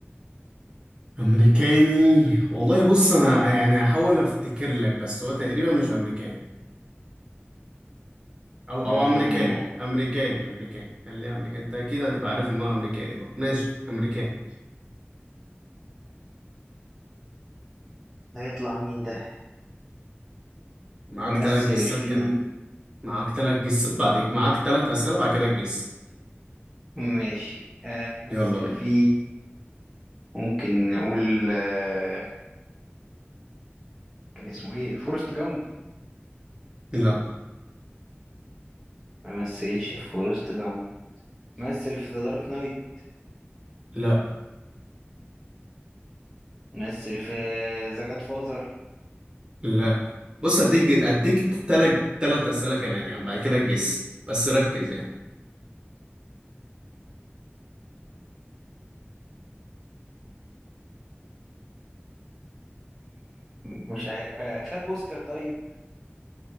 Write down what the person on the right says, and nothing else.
امريكاني والله بص انا يعني هحاول افتكر لك بس هو تقريبا مش امريكاني او
او امريكاني امريكاني امريكاني خليها امريكاني انت اكيد هتبقى عارف ان هو امريكاني بقى ماشي امريكاني
معاك
تلات جسات
كمان معاك تلات جسات بعد معاك تلات اسئله بعد كده تجس
يلا بينا
لا
لا
لا بص اديك اديك تلات تلات اسئله كمان يعني بعد كده تجس بس ركز يعني